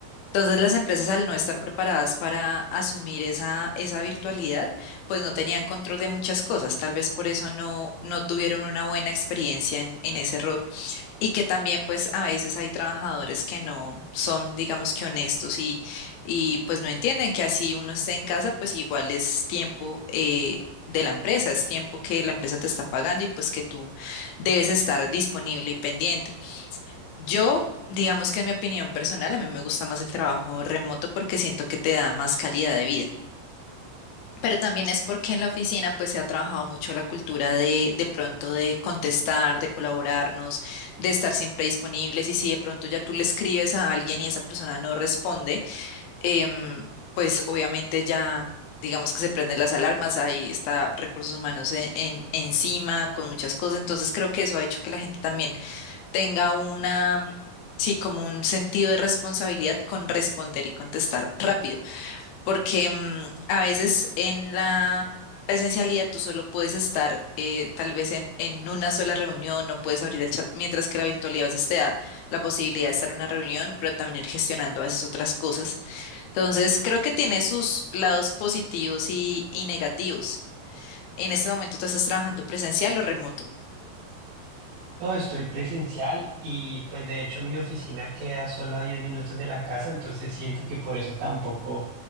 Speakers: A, on the left; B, on the right.
A: Entonces, las empresas al no estar preparadas para asumir esa, esa virtualidad, pues no tenían control de muchas cosas. Tal vez por eso no, no tuvieron una buena experiencia en, en ese rol. Y que también pues a veces hay trabajadores que no son, digamos que honestos y, y pues no entienden que así uno esté en casa, pues igual es tiempo eh, de la empresa, es tiempo que la empresa te está pagando y pues que tú debes estar disponible y pendiente. Yo, digamos que en mi opinión personal, a mí me gusta más el trabajo remoto porque siento que te da más calidad de vida. Pero también es porque en la oficina pues se ha trabajado mucho la cultura de de pronto de contestar, de colaborarnos, de estar siempre disponibles y si de pronto ya tú le escribes a alguien y esa persona no responde, em, pues obviamente ya digamos que se prenden las alarmas, ahí está recursos humanos en- en- encima con muchas cosas, entonces creo que eso ha hecho que la gente también tenga una, sí, como un sentido de responsabilidad con responder y contestar rápido porque mm, a veces en la presencialidad tú solo puedes estar eh, tal vez en, en una sola reunión, no puedes abrir el chat, mientras que la virtualidad a veces te da la posibilidad de estar en una reunión, pero también ir gestionando a veces otras cosas. Entonces, creo que tiene sus lados positivos y, y negativos. En este momento tú estás trabajando presencial o remoto.
B: No, estoy presencial y pues de hecho mi oficina queda solo a 10 minutos de la casa, entonces siento que por eso tampoco